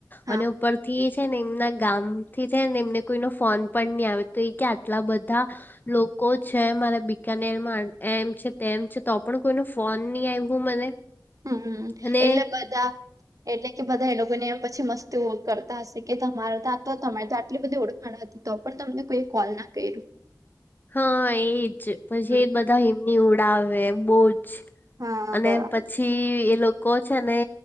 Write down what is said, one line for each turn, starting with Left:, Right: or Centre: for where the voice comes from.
Right: હા
Left: અને ઉપરથી છે ને એમના ગામ થી છે ને એમને કોઈ નો ફોન પણ નહી આવે તો એ કે આટલા બધા લોકો છે મારા બીકાનેરમાં એમ છે તેમ છે તો પણ કોઈનો ફો ફોન ની આયવો મને.
Right: હમ્મ હમ્મ
Left: અને
Right: એટલે બધા એટલે કે બધા એ લોકોને પછી મસ્ત તું ઓ કરતા હશે કે તમારા તો તો તમારી તો આટલી બધી ઓળખાણ હતી તો પણ તમને કોઈ કોલ ના કર્યું.
Left: હા એજ પછી
Right: હમ
Left: એ
Right: હમ
Left: બધા એમની ઉડાવે બોહજ
Right: હા
Left: અને
Right: બરાબર
Left: પછી એ લોકો છે ને